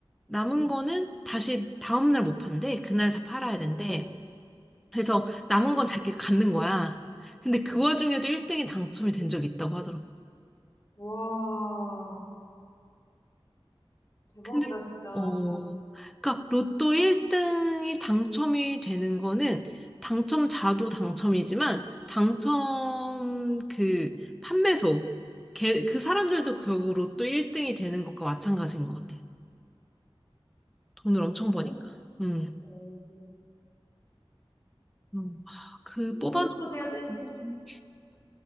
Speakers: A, in the centre; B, on the left.
A: 남은
B: 응,
A: 거는 다시 다음 날 못 판대. 그날 다 팔아야 된대.
B: 응.
A: 그래서 남은 건 자기가 갖는 거야. 근데
B: 응.
A: 그 와중에도 1등이 당첨이 된 적이 있다고 하더라고.
B: 와, 대박이다,
A: 근데
B: 진짜.
A: 어, 그러니까 로또 1등이 당첨이 되는 거는 당첨자도 당첨이지만 당첨 그 판매소 걔, 그 사람들도 결국 로또 1등이 되는 것과 마찬가지인 것 같아. 돈을 엄청
B: 네?
A: 버니까. 음.
B: 오,
A: 음. 그 뽑아놓은
B: 로또가 돼야
A: 거에
B: 되는데.
A: 당첨이